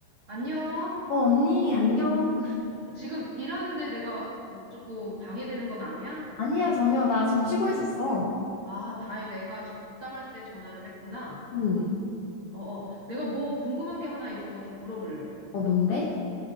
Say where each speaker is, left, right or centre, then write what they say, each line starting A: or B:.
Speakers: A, on the right; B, on the left.
A: 안녕?
B: 어, 언니, 안녕.
A: 어, 지금 일하는데 내가 어, 조금 방해되는 건 아니야?
B: 아니야, 전혀. 나 지금 쉬고 있었어.
A: 아, 다행 내가 적당할 때 전화를 했구나.
B: 응.
A: 어, 어. 내가 뭐 궁금한 게 하나 있어가지고 물어보려고.
B: 어, 뭔데?